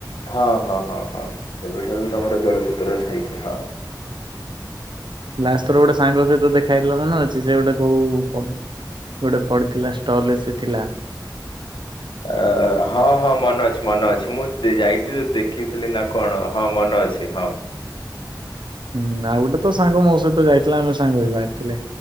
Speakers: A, on the left (about 85°); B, on the right (about 75°).
A: ହଁ ହଁ ହଁ ହଁ ସେବେଠାରୁ ତମର ଜଳଛତ୍ର ହେଇଛି ହଁ।
B: ଲାଷ୍ଟ ଥର ଗୋଟେ ସାଙ୍ଗ ସହିତ ଦେଖା ହେଇଥିଲା ମନେ ଅଛି ସେ ଗୋଟେ କୋଉ କୋ ଗୋଟେ ପଡ଼ିଥିଲା ଷ୍ଟଲ ଏସି ଥିଲା।
A: ଅ ହଁ ହଁ ମନେ ଅଛି ମନେ ଅଛି ମୁଁ ଦେ ଯାଇଥିଲି ଯୋଉ ଦେଖିଥିଲି ନା କଣ ହଁ ମନେ ଅଛି ହଁ।
B: ହୁଁ ଆଉ ଗୋଟେ ତ ସାଙ୍ଗ ମୋ ସହିତ ଯାଇଥିଲା ଆମେ ସାଙ୍ଗ ବି ବାହାରିଥିଲେ